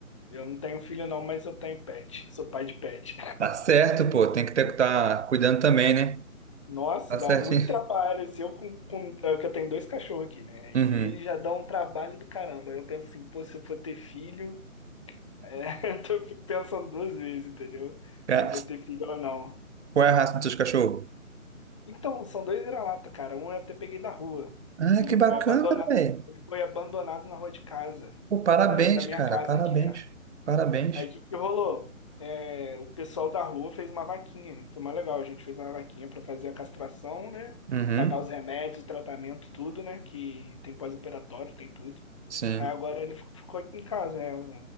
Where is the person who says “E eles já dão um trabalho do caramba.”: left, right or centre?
Left